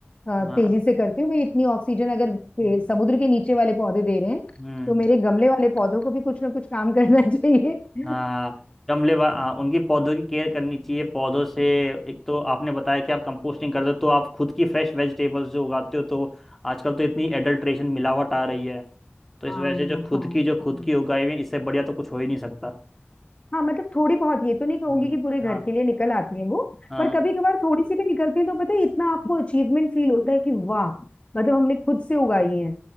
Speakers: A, on the left (about 30°); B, in the centre.
A: अ,
B: हम्म, हाँ
A: तेजी से करती हूँ भाई इतनी ऑक्सीजन अगर
B: हम्म
A: ए, समुद्र के नीचे वाले पौधे दे रहे हैं
B: हम्म।
A: तो मेरे गमले वाले पौधों को भी कुछ ना कुछ काम करना चाहिए <laughs>
B: हाँ गमले वा- हाँ, उनकी पौधों की केयर करनी चाहिए पौधों से एक तो आपने बताया कि आप कंपोस्टिंग करते हो तो आप खुद की फ्रेश वेजिटेबल्स जो उगाते हो तो आजकल तो इतनी एडल्ट्रेशन मिलावट आ रही है तो इस
A: हाँ
B: वजह से जो खुद
A: हाँ
B: की जो
A: हाँ
B: खुद की उगाई हुई इससे बढ़िया तो कुछ हो ही नहीं सकता
A: हाँ मतलब थोड़ी बहुत ये तो नहीं कहूंगी
B: हम्म
A: कि पूरे घर
B: हाँ
A: के लिए निकल आती है वो
B: हाँ
A: पर कभी कभार थोड़ी सी भी निकलती है तो पता है इतना आपको अचीवमेंट फील होता है कि वाह मतलब हमने खुद से उगाई है